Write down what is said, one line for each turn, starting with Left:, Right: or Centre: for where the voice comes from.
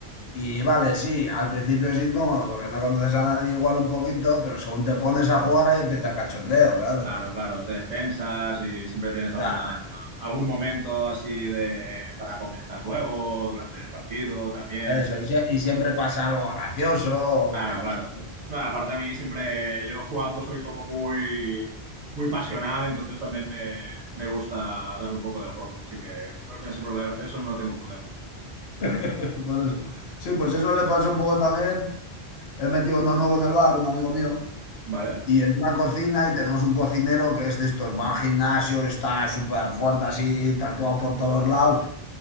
Left: y vale, sí, al principio es incómodo porque no conoces a nadie igual un poquito, pero según te pones a jugar ahí empieza el cachondeo, claro.
Right: Claro, claro, te extensas y siempre tienes alguna,
Left: Claro,
Right: algún momento así de, para comentar luego, durante el partido también,
Left: eso,
Right: sí.
Left: y, sie- y siempre pasa algo gracioso, o,
Right: Claro,
Left: bah,
Right: claro.
Left: eso.
Right: No, aparte a mí siempre, yo jugando soy como muy, muy pasional, entonces también me, me gusta dar un poco de juego, así que con ese problema, eso no tengo problema,
Left: <laughs> Por eso. Sí, pues eso le pasó un poco también. He metido uno nuevo en el bar, un amigo mío,
Right: ¿vale?
Left: y entró a cocina y tenemos un cocinero que es de estos, va al gimnasio, está súper fuerte así, tatuado por todos lados,